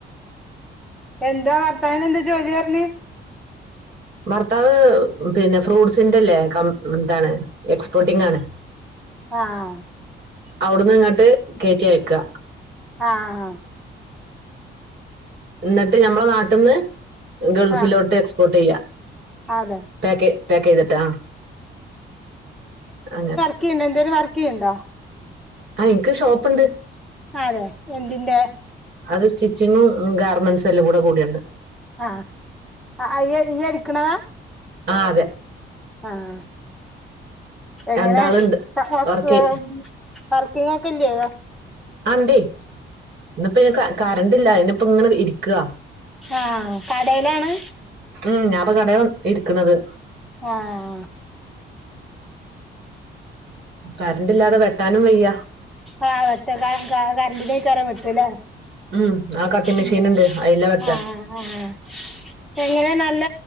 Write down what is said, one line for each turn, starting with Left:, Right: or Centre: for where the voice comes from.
Centre: എന്താ ഭർത്താവിനെ എന്താ ജോലി പറഞ്ഞെ
Right: ഭർത്താവ് പിന്നെ ഫ്രൂട്ട്സിന്റെല്ലേ കം എന്താണ് എക്സ്പോർട്ടിംങ് ആണ്
Centre: ആഹ്
Right: അവിടുന്ന് ഇങ്ങോട്ട് കയറ്റി അയക്ക
Centre: ആഹ്
Right: എന്നിട്ട് ഞമ്മടെ നാട്ടിന്ന് ഗൾഫിലോട്ട്
Centre: ആഹ്
Right: എക്സ്പോർട്ട് ചെയ്യാ
Centre: അതെ
Right: പാക്കേ പാക്ക് ചെയ്തിട്ടാ അങ്ങനെ
Centre: ക്കെന്നെ എന്തേലും വർക്കെയിണ്ട
Right: ആഹ് എനിക്ക് ഷോപ്പ്ണ്ട്
Centre: അതെ എന്തിന്റെ
Right: അത് സ്റ്റിച്ചിങ്ങും ഗാർമെന്റ്സും എല്ലാം കൂടെ കൂടിയുണ്ട്
Centre: ആഹ് അ ഇയ്യ് അടിക്കണതാ
Right: ആഹ് അതെ
Centre: ആഹ് എങ്ങനെ
Right: രണ്ടാളുണ്ട്
Centre: ആഹ്
Right: വർക്ക്
Centre: ക് വർക്കിങ്ങക്കെ ഇല്ലെ
Right: ആ ണ്ടേ ഇന്നിപ്പോ ഇ ക കറണ്ടില്ല ഇന്ന് ഇപ്പൊ ഇങ്ങനെ ഇരിക്കാ
Centre: ആഹ് കടയിലാണ്
Right: ഉം ഞാപ്പാ കടേലാ ഇരിക്കുന്നത്
Centre: ആഹ്
Right: കരണ്ടില്ലാതെ വെട്ടാനും വയ്യ
Centre: ആഹ് കഷ്ടകാലം <unintelligible> വെട്ടും ല്ലേ
Right: ഉം ആ കട്ടിംഗ് മെഷീൻ
Centre: ഉം
Right: ഉണ്ട് അതില വെട്ടാ
Centre: ആഹ് ആഹ് എങ്ങനെ നല്ല